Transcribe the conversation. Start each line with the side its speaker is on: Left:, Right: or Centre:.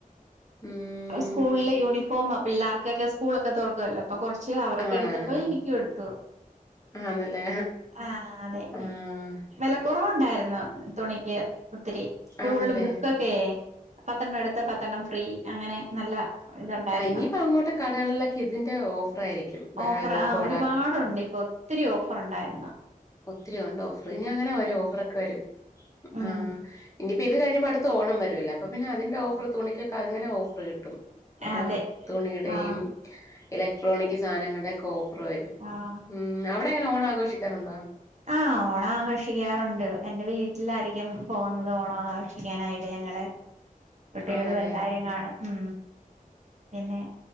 Left: ഉം
Right: സ്കൂളിലെ യൂണിഫോം പിള്ളാർക്കൊക്കെ സ്കൂളൊക്കെ തോറ്ക്കുവല്ലോ പ്പ കൊറ്ച്ച് അവർക്കെടുത്തപ്പോ
Left: ആഹ്
Right: എനിക്കുംടുത്തു
Left: ആണല്ലേ
Right: ആ അതെ
Left: ആഹ്
Right: വെല ക്കുറവുണ്ടായി അ തുണിക്ക് ഒത്തിരി സ്കൂളിൽ
Left: ആണല്ലേ
Right: ബുക്കോക്കെ പത്തണ്ണം എടുത്താ പത്തണ്ണം ഫ്രീ അങ്ങനെ നല്ല ഇതുണ്ടായിരുന്നു
Left: ആ ഇനിയിപ്പോ അങ്ങോട്ട് കടകളിലൊക്കെ ഇതിന്റെ ഓഫറായിരിക്കും ബാഗ്
Right: ഓഫർ ആ
Left: കോ
Right: ഒരുപാടുണ്ട് പ്പൊ ഒത്തിരി ഓഫറുണ്ടായിരുന്നു
Left: ത്തിരിയുണ്ട് ഓഫർ ഇനി അങ്ങനെ വരു ഓഫറൊക്കെ വരും
Right: ഉം
Left: ആ ഇനിയിപ്പ ഇത് കഴിയുമ്പോ അടുത്ത ഓണം വരൊല്ലോ അപ്പ പിന്നെ അതിന്റെ ഓഫർ തുണിക്കൊക്കെ അങ്ങനെ ഓഫറ് കിട്ടും ഹേ
Right: അതെ
Left: തുണിയുടെയും
Right: ആഹ്
Left: ഇലക്ട്രോണിക് സാധനങ്ങളുടെക്കെ ഓ വരും
Right: ആഹ്
Left: ഉ അവിടെങ്ങനെ ഓണം ആഘോഷിക്കാറുണ്ടോ
Right: ആ ഓണം ആഘോഷിക്കാറുണ്ട് എൻറെ വീട്ടിലായിരിക്കും പോകുന്നത് ഓണം ആഘോഷിക്കാനായിട്ട് ഞ ങ്ങെളെ കുട്ടികളും
Left: ആണല്ലേ
Right: എല്ലാരും കാണും ഉ പിന്നെ